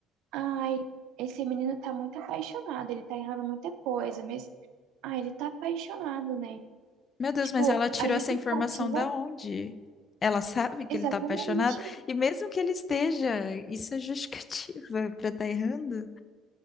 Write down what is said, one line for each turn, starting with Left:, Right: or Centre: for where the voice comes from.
Right: ai, esse menino tá muito apaixonado, ele tá errando muita coisa, mas, ai, ele tá apaixonado, né?
Left: Meu Deus,
Right: Tipo,
Left: mas ela tirou
Right: a justificativa,
Left: essa informação da onde? Ela sabe que
Right: exatamente.
Left: ele tá apaixonado? E mesmo que ele esteja, isso é justificativa <laughs> pra estar errando?